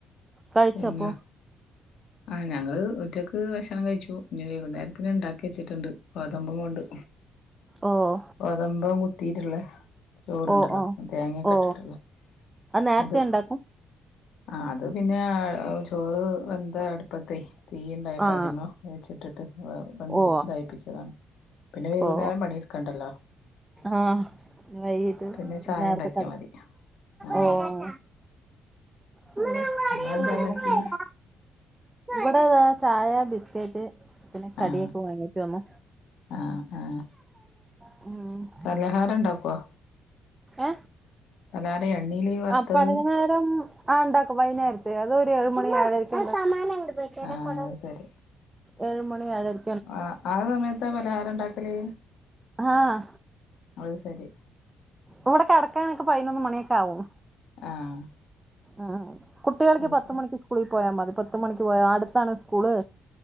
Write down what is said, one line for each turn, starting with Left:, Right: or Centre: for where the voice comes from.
Right: കഴിച്ചോ
Left: പിന്നെ
Right: അപ്പൊ
Left: ആഹ് ഞങ്ങള് ഉറ്റക്ക് ഭഷണം കഴിച്ചു ഇനി വൈകുന്നേരത്തിന് ഉണ്ടാക്കി വെച്ചിട്ടുണ്ട് ഗോതമ്പും കൊണ്ട്
Right: ഓഹ്
Left: ഗേതമ്പം കുത്തിട്ടുള്ളേ ചോറ്ണ്ടല്ലോ
Right: ഓ ഓ
Left: തേങ്ങൊക്കെ
Right: ഓ
Left: ഇട്ട്ട്ട്ള്ളെ
Right: നേരത്തെ
Left: അത്.
Right: ഉണ്ടാക്കും
Left: ആഹ് അത് പിന്നെ ചോറ് വെന്ത അട് പ്പത്തെ തീ ഇണ്ടായപ്പോ
Right: ആഹ്
Left: അതിമ വെച്ചിട്ടിട്ട് ഒന്ന്
Right: ഓ
Left: ദായിപ്പിച്ചതാണ്. പിന്നെ വൈകുന്നേരം
Right: ഓ
Left: പണിട്ക്കണ്ടല്ലോ.
Right: ആഹ് വൈകിട്ട്
Left: പിന്നെ ചായ
Right: നേർത്തെ
Left: ഇണ്ടാക്കിയാ
Right: കട
Left: മതി ആഹ്
Right: ഓഹ് <unintelligible>
Left: നിങ്ങളെന്താ ഇണ്ടാക്കി
Right: ഇവടെ ദാ ചായ ബിസ്ക്കറ്റ് പിന്നെ കടിയൊക്കെ
Left: ആഹ്
Right: വാങ്ങിട്ട് വന്നു.
Left: ആഹ് ആ
Right: ആഹ്
Left: പലഹാരം ഉണ്ടാക്ക്വോ?
Right: ഏഹ്?
Left: പലഹാരേ എണ്ണീല് വറുത്തത്
Right: ആഹ് പലഹാരം ആഹ് ഉണ്ടാക്കും വൈകുന്നേരത്ത് അത് ഒരു ഏഴ് മണി ഏഴരക്ക് ഇണ്ടാ
Left: ആഹ് അത് ശരി
Right: ഏഴ് മണി ഏഴര്
Left: ആഹ് ആ സമയത്ത് പലഹാരം ഉണ്ടാക്കല്.
Right: ആഹ്
Left: അത് ശരി
Right: ഇവടെ കടക്കാനൊക്കെ പതിനൊന്ന് മണിയൊക്കെ ആവും.
Left: ആഹ്.
Right: ആഹ് കുട്ടികൾക്ക്
Left: അത്
Right: പത്ത്
Left: ശരി
Right: മണിക്ക് സ്കൂളി പോയാ മതി പത്ത് മണിക്ക് പോയാ അടുത്താണ് സ്കൂള്.